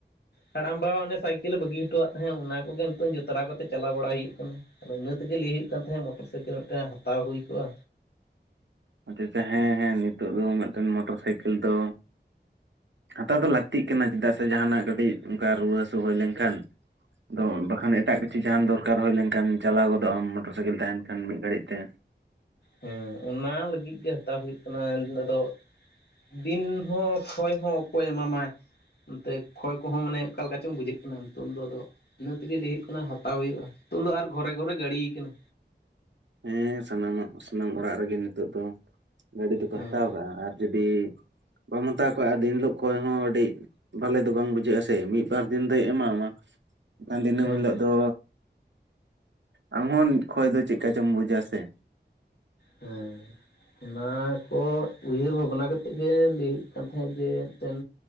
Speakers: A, on the left; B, on the right.
A: ᱦᱟᱲᱟᱢ ᱵᱟ ᱚᱱᱮ ᱥᱟᱭᱠᱮᱞᱮ ᱵᱟᱹᱜᱤ ᱦᱚᱴᱚᱣᱟᱜ ᱛᱟᱦᱮᱸᱫ ᱚᱱᱟ ᱠᱚᱜᱮ ᱱᱤᱛᱚᱝ ᱡᱩᱛᱨᱟᱣ ᱠᱟᱛᱮᱜ ᱪᱟᱞᱟᱣ ᱵᱟᱲᱟ ᱦᱩᱭᱩᱜ ᱠᱟᱱᱟ᱾ ᱟᱫᱚ ᱤᱱᱟᱹ ᱛᱮᱜᱮ ᱞᱟᱹᱭ ᱦᱩᱭᱩᱜ ᱠᱟᱱ ᱛᱟᱦᱮᱸᱫ ᱢᱚᱴᱚᱨ ᱥᱟᱭᱠᱮᱞ ᱢᱤᱫᱴᱟᱝ ᱦᱟᱛᱟᱣ ᱦᱩᱭ ᱠᱚᱜᱼᱟ᱾
B: ᱟᱪᱪᱷᱟ ᱟᱪᱷᱟ, ᱦᱮᱸ ᱦᱮᱸ ᱱᱤᱛᱚᱜ ᱫᱚ ᱢᱤᱫᱴᱮᱱ ᱢᱚᱴᱚᱨ ᱥᱟᱭᱠᱮᱞ ᱫᱚ, ᱦᱟᱛᱟᱣ ᱫᱚ ᱞᱟᱹᱠᱛᱤᱜ ᱠᱟᱱᱟ᱾ ᱪᱮᱫᱟᱜ ᱥᱮ ᱡᱟᱦᱟᱱᱟᱜ ᱠᱟᱹᱴᱤᱡ ᱚᱱᱠᱟ ᱨᱩᱣᱟᱹ ᱦᱟᱹᱥᱩ ᱦᱩᱭ ᱞᱮᱱᱠᱷᱟᱱ ᱟᱫᱚ ᱵᱟᱠᱷᱟᱱ ᱮᱴᱟᱜ ᱠᱤᱪᱷᱩ ᱡᱟᱦᱟᱱ ᱫᱚᱨᱠᱟᱨ ᱦᱩᱭ ᱞᱮᱱᱠᱷᱟᱱ ᱪᱟᱞᱟᱣ ᱜᱚᱫᱚᱜᱼᱟᱢ ᱢᱚᱴᱚᱨ ᱥᱟᱭᱠᱮᱞ ᱛᱟᱦᱮᱱ ᱠᱷᱟᱱ, ᱢᱤᱫ ᱜᱷᱟᱹᱲᱤᱡ ᱛᱮ᱾
A: ᱦᱮᱸ ᱚᱱᱟ ᱞᱟᱹᱜᱤᱫ ᱜᱮ ᱦᱟᱛᱟᱣ ᱦᱩᱭᱩᱜ ᱠᱟᱱᱟ, ᱟᱫᱚ ᱫᱤᱱ ᱦᱚᱸ ᱠᱷᱚᱭ ᱦᱚᱸ ᱚᱠᱚᱭ ᱮᱢᱟᱢᱟᱭ? ᱱᱚᱛᱮ ᱠᱷᱚᱭ ᱠᱚᱦᱚᱸ ᱢᱟᱱᱮ ᱚᱠᱟ ᱞᱮᱠᱟ ᱪᱚᱝ ᱵᱩᱡᱷᱟᱹᱜ ᱠᱟᱱᱟ, ᱱᱤᱛᱚᱝ ᱫᱚ ᱟᱫᱚ ᱤᱱᱟᱹ ᱛᱮᱜᱮ ᱞᱟᱹᱭ ᱦᱩᱭᱩᱜ ᱠᱟᱱᱟ ᱦᱟᱛᱟᱣ ᱦᱩᱭᱩᱜᱼᱟ, ᱱᱤᱛᱚᱝ ᱫᱚ ᱟᱨ ᱜᱷᱚᱨᱮ ᱜᱷᱚᱨᱮ ᱜᱟᱹᱲᱤᱭ ᱟᱠᱟᱱᱟ᱾
B: ᱦᱮᱸ ᱥᱟᱱᱟᱢᱟᱜ ᱥᱟᱱᱟᱢ ᱚᱲᱟᱜ ᱨᱮᱜᱮ ᱱᱤᱛᱚᱜ ᱫᱚ ᱜᱟᱹᱰᱤ ᱫᱚᱠᱚ
A: ᱦᱮᱸ
B: ᱦᱟᱛᱟᱣ ᱠᱟᱜᱼᱟ, ᱟᱨ ᱡᱩᱫᱤ ᱵᱟᱢ ᱦᱟᱛᱟᱣ ᱠᱟᱜᱼᱟ, ᱫᱤᱱ ᱦᱤᱞᱳᱜ ᱠᱚᱸᱭ ᱦᱚᱸ ᱟᱹᱰᱤ ᱵᱷᱟᱞᱮ ᱫᱚ ᱵᱟᱝ ᱵᱩᱡᱷᱟᱹᱜ ᱟᱥᱮ ᱢᱤᱫᱵᱟᱨ ᱫᱤᱱ ᱫᱚᱭ ᱮᱢᱟᱢᱟ, ᱫᱤᱱᱟᱹᱢ
A: ᱦᱮᱸ
B: ᱦᱤᱞᱳᱜ ᱫᱚ ᱟᱢ ᱦᱚᱸ ᱠᱷᱚᱭ ᱫᱚ ᱪᱮᱫᱠᱟ ᱪᱚᱢ ᱵᱩᱡᱟ ᱥᱮ?
A: ᱦᱮᱸ᱾ ᱚᱱᱟ ᱠᱚ ᱩᱭᱦᱟᱹᱨ ᱵᱷᱟᱵᱽᱱᱟ ᱠᱟᱛᱮᱫ ᱜᱮ ᱞᱟᱹᱭ ᱦᱩᱭᱩᱜ ᱠᱟᱱ ᱛᱟᱦᱮᱸᱫ ᱡᱮ ᱢᱤᱫᱴᱮᱱ